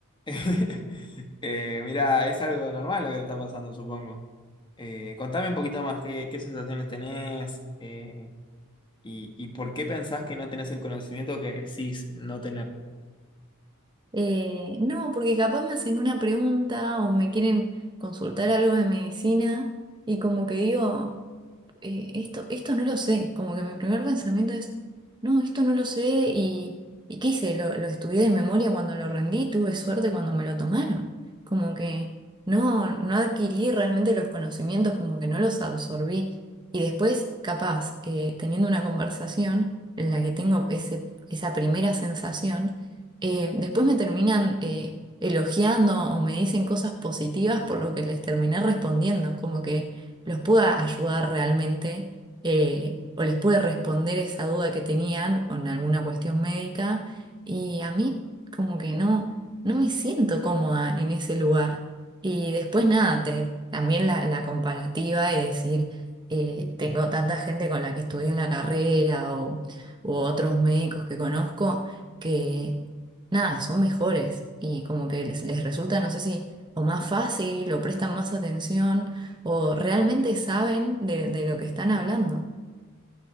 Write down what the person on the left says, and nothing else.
<laughs> Eh, mira, es algo normal lo que te está pasando, supongo. Eh, contame un poquito más qué, qué sensaciones tenés eh, y, y por qué pensás que no tenés el conocimiento que decís no tener.